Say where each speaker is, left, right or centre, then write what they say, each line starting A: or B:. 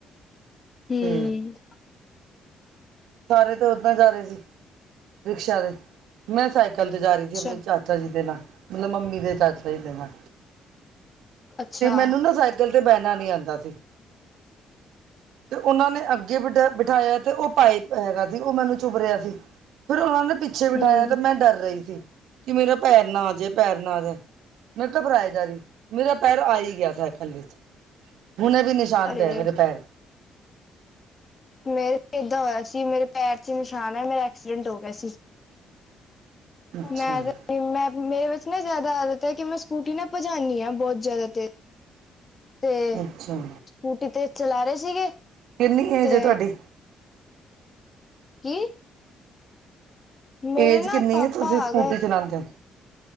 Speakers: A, on the left; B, on the right.
A: ਹਮ
B: ਤੇ ਸਾਰੇ ਤੇ ਉਓਦਾਂ ਜਾ ਰਹੇ ਸੀ ਰਿਕਸ਼ਾ ਤੇ ਮੈਂ ਸਾਈਕਲ ਤੇ ਜਾ ਰਹੀ
A: ਅੱਛਾ
B: ਸੀ ਆਪਣੀ ਚਾਚੀ ਚਾਚਾ ਜੀ ਦੇ ਨਾਲ ਮਤਲਬ ਮੰਮੀ ਦੇ ਚਾਚਾ ਜੀ ਦੇ ਨਾਲ
A: ਅੱਛਾ-ਅੱਛਾ
B: ਤੇ ਮੈਨੂੰ ਨਾ ਕਲ ਤੇ ਬਹਿਣਾ ਨਹੀਂ ਆਉਂਦਾ ਸੀ ਤੇ ਉਹਨਾਂ ਨੇ ਅੱਗੇ ਅੱਗੇ ਬਿਠਾ ਬਿਠਾਇਆ ਤੇ ਉਹ ਪਾਈਪ ਹੈਗਾ ਸੀ ਉਹ ਮੈਨੂੰ ਚੁੱਭ ਰਿਹਾ ਸੀ ਫੇਿਰ ਉਹਨਾਂ ਨੇ ਪਿੱਛੇ ਬਿਠਾਇਆ
A: ਹੂੰ
B: ਤੇ ਮੈਂ ਡਰ ਰਹੀ ਸੀ ਕਿ ਮੇਰਾ ਪੈਰ ਨਾ ਜਾਏ ਪੈਰ ਨਾ ਜਾਏ ਮੈਂ ਘਬਰਾਏ ਜਾਾ ਰੀ ਮੇਰਾ ਪੈਰ ਆਈ ਗਿਆ ਸਾਈਕਲ ਵਿੱਚ ਹੂਣੇ ਵੀ ਨਿਸ਼ਾਨ
A: ਅਰੇ
B: ਪੇ ਰੇ ਹੈ ਮੇਰੇ ਪੈਰ
A: ਮੇਰੇ ਏਦਾਂ ਹੋਇਆ ਸੀ ਮੇਰੇ ਪੈਰ ਚ ਨਿਸ਼ਾਨ ਹੈ ਮੇਰਾ ਐਕਸੀਡੈਂਟ ਹੋ ਗਿਆ ਸੀ
B: ਅੱਛਾ
A: ਮੈਂ
B: ਜੀ,
A: ਅਗਰ ਮੈਂ ਮੇਰੇ ਵਿੱਚ ਨਾ ਜ਼ਿਆਦਾ ਆਦਤ ਹੈ ਕਿ ਮੈਂ ਸਕੂਟੀ ਨਾ ਪਜਾਨੀ ਹਾਂ, ਬਹੁਤ ਜ਼ਿਆਦਾ ਤੇਜ ਤੇ
B: ਅੱਛਾ
A: ਸਕੂਟੀ ਤੇ ਚਲਾ ਰਹੇ ਸੀਗੇ
B: ਕਿੰਨੀ ਏਜ
A: ਤੇ
B: ਹੈ ਤੁਹਾਡੀ
A: ਕੀ ਮੇਰੇ
B: ਏਜ
A: ਨਾ
B: ਕਿੰਨੀ
A: ਪਾਪਾ
B: ਹੈ ਤੁਸੀਂ ਸਕੂਟੀ
A: ਆ ਗਏ
B: ਚਲਾਉਂਦੇ ਹੋ